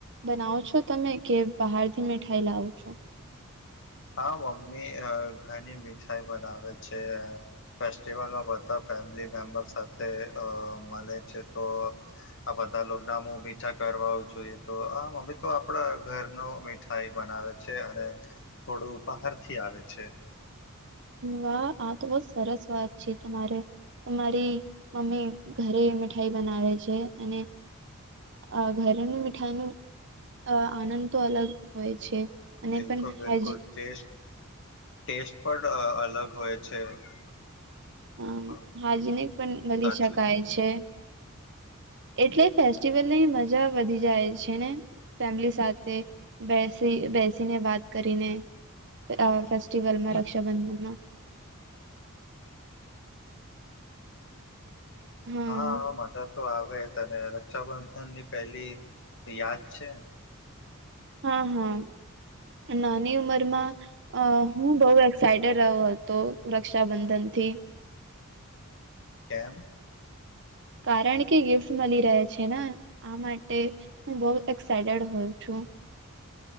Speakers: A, on the right (about 55°); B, on the left (about 60°).
A: બનાવો છો તમે કે બહાર થી મીઠાઈ લાવો છો?
B: હા મમ્મી ઘણી મીઠાઈ બનાવે છે. ફેસ્ટિવલમાં બધા ફેમિલી મેમ્બર સાથે અ મળે છે તો આ બધા લોકડા હું મીઠા કરવા જોઈએ તો આ મમ્મી તો આપડા ઘર નો મીઠાઈ બનાવે છે અને થોડું બહાર થી આવે છે.
A: વાહ આ તો બો સરસ વાત છે તમારે. મારી મમ્મી ઘરે મીઠાઈ બનાવે છે અને અ ઘરેનું મીઠાઈ નુ અ આનંદ તો અલગ હોય છે અને
B: બિલકુલ
A: પણ
B: બિલકુલ
A: હજી
B: ટેસ્ટ ટેસ્ટ પણ અલગ હોય છે હમ
A: અમ
B: અ
A: હાજીનિક પણ મળી
B: સાચું
A: શકાય
B: કીધું
A: છે એટલે ફેસ્ટિવલ ની મજા વધી જાય છે ને ફેમિલી સાથે બેસી બેસીને વાત કરીને અ ફેસ્ટિવલ માં
B: હમ
A: રક્ષાબંધન
B: હમ્મ હમ્મ હમ્મ
A: હા
B: હ હ મધર તો આવે તને રક્ષાબંધનની પેલી યાદ છે
A: હા હા નાની ઉમરમાં અ હુ <unintelligible> એક્સ સાઈડે રહ્યો હતો રક્ષાબંધન થી
B: કેમ
A: કારણ કે ગિફ્ટ મળી રહે છે ને આ માટે હું બહુ એક્સાઈટેડ હોઉ છું